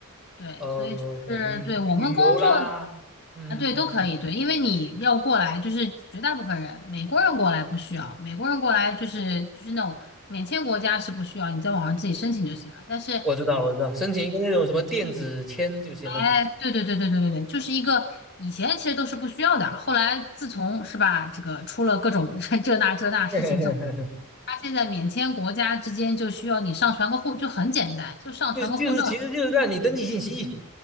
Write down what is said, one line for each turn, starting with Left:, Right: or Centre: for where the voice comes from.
Left: 对，
Centre: o
Left: 所以就是对我们工作。
Centre: k 旅旅游啦，嗯嗯，
Left: 啊，对，都可以，对，因为你要过来，就是绝大部分人，美国人过来不需要，美国人过来就是就是那种免签国家是不需要，你在网上自己申请就行了。但是，
Centre: 我知道我知道，申请一个那种什么电子签就行了，
Left: 哎，对对对对对对对，就是一个以前其实都是不需要的，后来自从是吧，这个出了各种 <laughs> 这那这那事情之后，
Centre: <laughs>
Left: 他现在免签国家之间就需要你上传个护，就很简单，就上传个护照。
Centre: 就是就是其实就是让你登记信息。